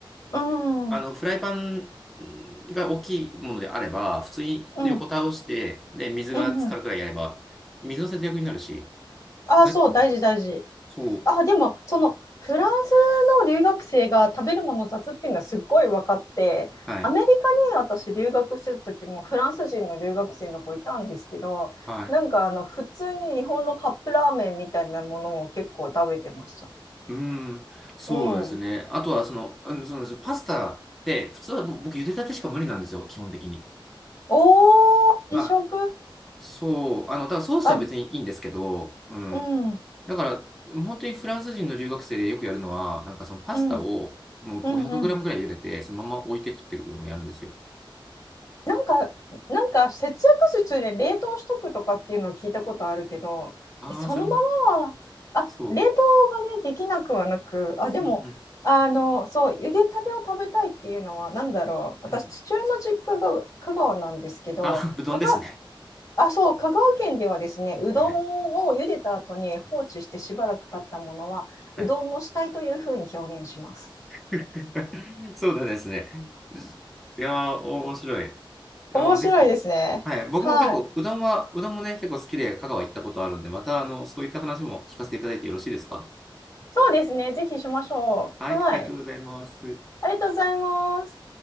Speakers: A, on the left (about 40°); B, in the centre.
A: うん、
B: あの、
A: うん、
B: フライパンが大きいものであれば、普通に横倒して、
A: う
B: で、水が浸かるくらいやれば、
A: ん、うん。
B: 水の節約になるし、
A: あ、
B: 焦げつきも節約
A: そう、大事大事。
B: そう、
A: あ、でも、その、フランスの留学生が食べるもの雑っていうのはすっごい分かって、
B: はい、
A: アメリカに私留学してた時もフランス人の留学生の子いたんですけど、
B: はい。
A: なんかあの、普通に日本のカップラーメンみたいなものを結構食べてました。
B: うん、そうですね。
A: うん。
B: あとは、その、うんそうなんですよ。パスタって、普通は僕、茹でたてしか無理なんですよ、基本的に。
A: おー、美食。
B: はい。そう、あの、だからソースは別にいいんですけど、
A: あ、
B: うん。
A: うん、
B: だから、本当にフランス人の留学生でよくやるのは、なんかそのパスタを、
A: うん、
B: もう5
A: うん、
B: 0 0ムぐらい茹でて、
A: うん。
B: そのまま置いて食っていくこともやるんですよ。
A: なんか、なんか節約術で冷凍しとくとかっていうのは聞いたことあるけど、えそのままは、
B: ああ、それも、
A: あ、
B: そ
A: 冷凍がね、できなくはなく、あ、でも、
B: う。うん
A: あの、そう、茹でたてを食べたいっていうのは、なんだろう、私、
B: うん。うん。
A: 父親の実家が香川なんですけど、
B: あ、<laughs> うどんですね。
A: 香川、あ、そう、香川県ではですね、うどんを茹でた後に放置してしばらく経ったものは、
B: はい。
A: うどんの死体というふうに表現します。
B: はい。<laughs> そうだですね。いやー、お面白い。いやー、
A: 面白いですね。
B: ぜひ。はい。僕も結構、
A: はい。
B: うどんは、うどんもね、結構好きで、香川行ったことあるんで、また、あの、そういった話も聞かせていただいてよろしいですか
A: そうですね、ぜひしましょう。
B: はい。
A: はい。
B: ありがとうございます。
A: ありがとうございます。